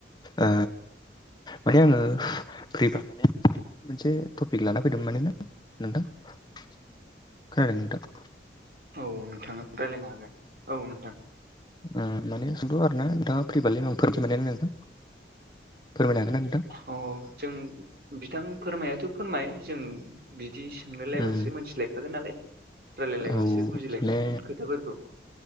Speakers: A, on the left (about 25°); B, on the right (about 55°).
A: ओ माने आङो फ्रिबा माने मोनसे टपिक लाना फैदों माने ना नोंथां खोनादों नोंथां?
B: औ नोंथां रायज्लायनो हागोन औ नोंथां
A: ओ माने सोंथ' आरो ना नोंथाङा फ्रिबालाय आं <unintelligible> फोरमाय हागोन आं
B: औ जों बिथां फोरमायाथ' फोरमाय जों बिदि सोंलायलायबासो
A: उम
B: मिथिलायखागोन नालाय रायलायलायबासो
A: औ
B: बुजिलायखागोन
A: माने
B: खोथाफोरखौ